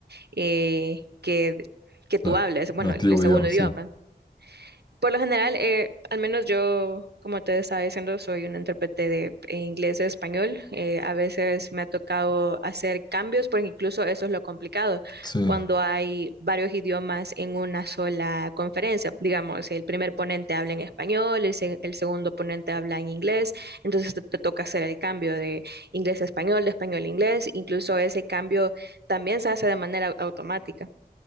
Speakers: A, on the right; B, on the left.
A: eh, que, que tú
B: nat-
A: hablas, bueno,
B: nativo,
A: el segundo
B: digamos,
A: idioma.
B: sí.
A: Por lo general, eh, al menos yo, como te estaba diciendo, soy un intérprete de eh, inglés y español. Eh, a veces me ha tocado hacer cambios, porque incluso eso es lo complicado,
B: Sí,
A: cuando hay varios idiomas en una sola conferencia. Digamos, el primer ponente habla en español, el, se- el segundo ponente habla en inglés, entonces te, te toca hacer el cambio de inglés a español, de español a inglés. Incluso ese cambio también se hace de manera automática.